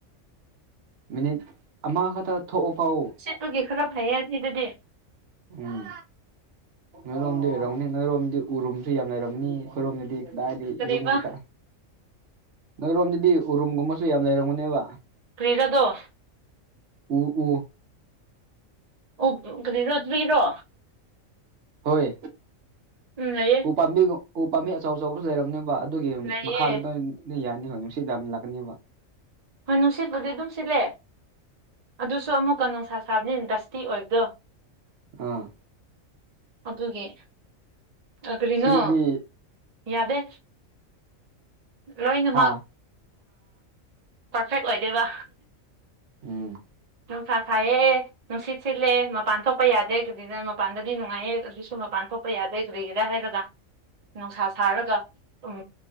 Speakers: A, on the right; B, on the right.
A: ꯃꯤꯅꯤꯠ ꯑꯃ ꯈꯛꯇ ꯊꯣꯛꯑꯐꯥꯎ
B: ꯑꯗꯨꯒꯤ ꯈꯔ ꯐꯩꯌꯦ ꯑꯁꯤꯗꯗꯤ
A: ꯎꯝ ꯅꯣꯏꯔꯣꯝꯗꯤ ꯑꯣꯏꯔꯝꯅꯤ ꯅꯣꯏꯔꯣꯝꯗꯤ ꯎꯔꯨꯝꯁꯨ ꯌꯥꯝ ꯂꯩꯔꯝꯅꯤ ꯈꯣꯏꯔꯣꯝꯗꯗꯤ ꯀꯗꯥꯏꯗꯤ
B: ꯀꯔꯤꯕ
A: ꯌꯨꯝ ꯉꯥꯛꯇ ꯅꯣꯏꯔꯣꯝꯗꯗꯤ ꯎꯔꯨꯝꯒꯨꯝꯕꯁꯨ ꯌꯥꯝ ꯂꯩꯔꯝꯒꯅꯦꯕ
B: ꯀ꯭ꯔꯤꯔꯥꯗꯣ
A: ꯎ ꯎ
B: ꯑꯣ ꯀꯔꯤꯔꯣ ꯇꯔꯤꯔꯣ
A: ꯍꯣꯏ
B: ꯎꯝ ꯂꯩꯌꯦ
A: ꯎꯄꯥꯝꯕꯤꯗꯣ ꯎ ꯄꯥꯝꯕꯤ ꯑꯆꯧ ꯑꯆꯧꯕꯁꯨ ꯂꯩꯔꯝꯅꯦꯕ ꯑꯗꯨꯒꯤ
B: ꯂꯩꯌꯦ
A: ꯃꯈꯥꯗ ꯅꯣꯏ ꯑꯗꯨ ꯌꯥꯅꯤ ꯍꯣꯏ ꯅꯨꯁꯤꯠ ꯌꯥꯝꯅ ꯂꯥꯛꯀꯅꯦꯕ
B: ꯍꯣꯏ ꯅꯨꯡꯁꯤꯠꯄꯨꯗꯤ ꯑꯗꯨꯝ ꯁꯤꯠꯂꯦ ꯑꯗꯨꯁꯨ ꯑꯃꯨꯛꯀꯥ ꯅꯨꯡꯁꯥ ꯁꯥꯕꯅꯤꯅ ꯗꯁꯇꯤ ꯑꯣꯏꯕꯗꯣ
A: ꯑꯣ
B: ꯑꯗꯨꯒꯤ ꯑꯥ ꯀꯔꯤꯅꯣ
A: ꯁꯤꯗꯗꯤ
B: ꯌꯥꯗꯦ ꯂꯣꯏꯅꯃꯛ
A: ꯍꯥ
B: ꯄꯔꯐꯦꯛ ꯑꯣꯏꯗꯦꯕ
A: ꯎꯝ
B: ꯅꯨꯡꯁꯥ ꯁꯥꯌꯦ ꯅꯨꯡꯁꯤꯠ ꯁꯤꯠꯂꯦ ꯃꯄꯥꯟ ꯊꯣꯛꯄ ꯌꯥꯗꯦ ꯃꯄꯥꯟꯗꯗꯤ ꯅꯨꯡꯉꯥꯏꯑꯦ ꯑꯗꯨꯁꯨ ꯃꯄꯥꯟ ꯊꯣꯛ ꯊꯣꯛꯄ ꯌꯥꯗꯦ ꯀꯔꯤꯒꯤꯔ ꯍꯥꯏꯔꯒ ꯅꯨꯡꯁꯥ ꯁꯥꯔꯒ ꯎꯝ